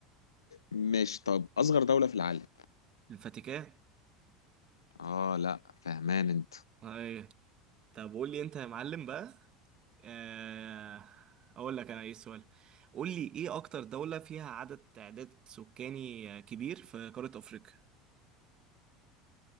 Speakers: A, on the left; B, on the right.
A: ماشي طب اصغر دولة في العالم
B: الفاتيكان
A: اه لا فهمان انت
B: أيوه طب قول لي أنت يا معلم بقى آه، أقول لك أنا إيه السؤال قول لي إيه أكتر دولة فيها عدد تعداد سكاني آه، كبير في قارة أفريقيا؟